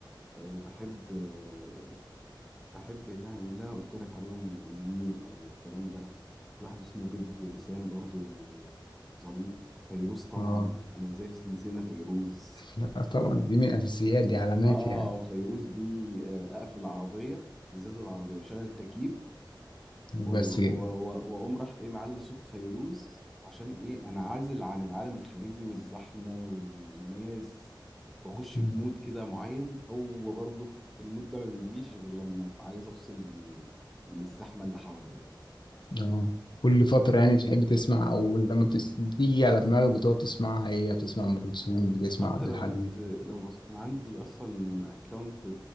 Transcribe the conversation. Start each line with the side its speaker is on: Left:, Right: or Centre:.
Centre: آه، بحب آه، بحب يعني اللي انا قلت لك عليهم منير والكلام ده في واحد اسمه بيج سام برضو آه، ظريف فيروز طبعا
Left: اه
Centre: انا ازاي نسينا فيروز
Left: لا طبعا دي من الاساسيات دي علامات
Centre: اه
Left: يعني
Centre: فيروز دي آه، اقفل العربيه ازاز العربيه وشغل التكييف و-
Left: بس
Centre: و-
Left: كده
Centre: و- واقوم راح ايه معلي صوت فيروز عشان ايه انعزل عن العالم الخارجي والزحمه والناس واخش
Left: مم.
Centre: في مود كده معين هو برضه المود ده ما بيجيش غير لما ابقى عايز افصل من من الزحمه اللي حواليا
Left: اه كل فترة يعني بتحب تسمع او لما بتس... بتيجي على دماغك بتقعد تسمعها هي بتسمع ام كلثوم بتسمع
Centre: انت
Left: عبد
Centre: لو
Left: الحليم
Centre: جيت لو بص انا عندي اصلا اكونت